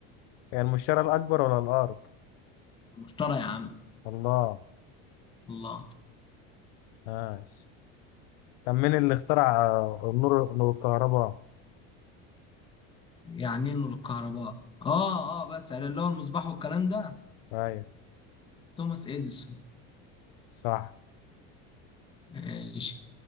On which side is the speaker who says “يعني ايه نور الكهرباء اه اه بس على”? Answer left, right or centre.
Left